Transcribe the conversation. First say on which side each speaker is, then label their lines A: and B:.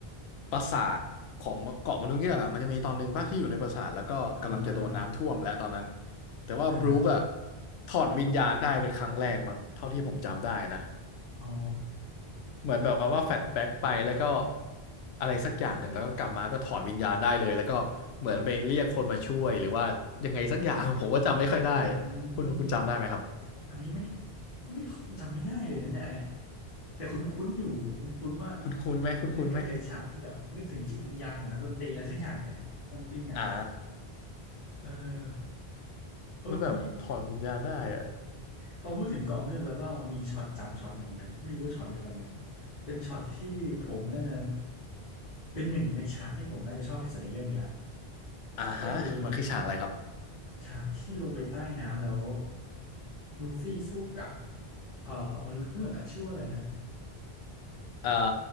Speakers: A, on the left; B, on the left.
A: ปราสาทของเกาะมนุษย์เงือกอะมันจะมีตอนหนึ่งป่ะที่อยู่ในปราสาทแล้วก็กำลังจะโดนน้ำท่วมและตอนนั้น
B: อ่าฮะอ่าฮะ
A: แต่ว่าบรูคอะ
B: อ่าฮะ
A: ถอดวิญญาณได้เป็นครั้งแรกมั้งเท่าที่ผมจำได้นะ
B: อ๋อ
A: เหมือนแบบกับว่าแฟลชแบ็กไปแล้วก็อะไรสักอย่างหนึ่งแล้วก็กลับมาก็ถอดวิญญาณได้เลยแล้วก็เหมือนไปเรียกคนมาช่วยหรือว่ายังไงสักอย่าง <laughs> ผมก็จำไม่ค่อยได้
B: อื
A: คุณคุณจำได้ไหมครับ
B: ม อันนี้ไม่ไม่จำไม่ได้เลยนะเนี่ยอันเนี้ยแต่คุ้นๆอยู่คุ้นๆว่า
A: คุณคุณไหมคุณคุณไหม
B: นึกกลับไปฉากที่แบบนึกถึงจิตวิญญาณของนักดนตรีอะไรสักอย่างเนี่ยซัมติงอ่ะ
A: อ่า
B: เออเออผู้
A: มันแบบถอดวิญญาณได้อะ
B: พอพูดถึงเกาะเงือกแล้วก็มีช็อตจำช็อตหนึ่งเหมือนกันไม่รู้ว่าช็อตเดียวกันไหมเป็นช็อตที่ผมน่าจะเป็นหนึ่งในฉากที่ผมน่าจะชอบที่สุดในเรื่องนี้แหละ
A: อ่าฮะมันคือฉากอะไรครับ
B: ก็คือฉากที่ลงไปใต้น้ำแล้วลูฟี่สู้กับเอ่อมนุษย์เงือกอะชื่อว่าอะไรนะ
A: เอ่อ